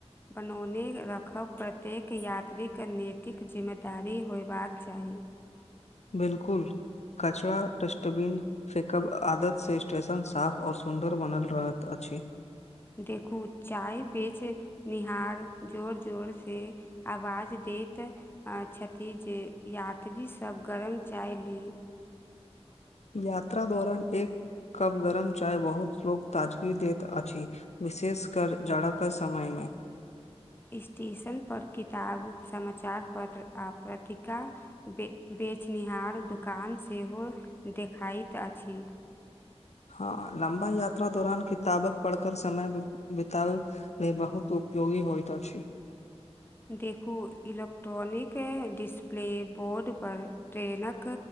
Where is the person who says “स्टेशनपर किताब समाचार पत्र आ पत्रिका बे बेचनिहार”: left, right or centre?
Left